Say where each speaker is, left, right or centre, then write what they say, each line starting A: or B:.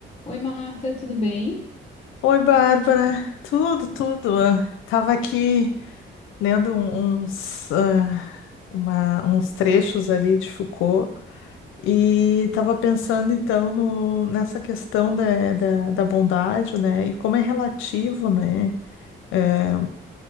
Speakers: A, on the left; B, on the left.
A: Oi, Marta, tudo bem?
B: Oi, Bárbara. Tudo, tudo. Ah, Tava aqui lendo um- uns, ah, uma- uns trechos ali de Foucault e tava pensando então no- nessa questão da, da, da bondade, né? E como é relativo, né? eh,